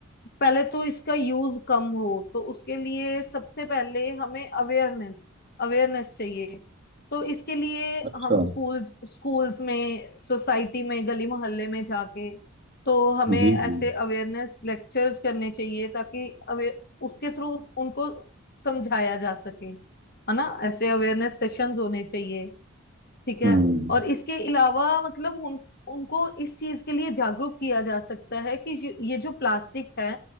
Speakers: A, on the left (about 50°); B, on the right (about 35°).
A: पहले तो इसका यूज कम हो तो उसके लिए सबसे पहले हमें अवेयरनेस अवेयरनेस चाहिए तो इसके लिए
B: अच्छा
A: हम स्कूल्स स्कूल्स में सोसाइटी में गली मोहल्ले में जाके तो हमें
B: जी
A: ऐसे
B: जी
A: अवेयरनेस लेक्चर्स करने चाहिए ताकि अवे उसके थ्रू उनको समझाया जा सके है ना ऐसे अवेयरनेस सेशंस होने चाहिए ठीक है
B: हम्म
A: और इसके अलावा मतलब उन उनको इस चीज के लिए जागरूक किया जा सकता है कि ये ये जो प्लास्टिक है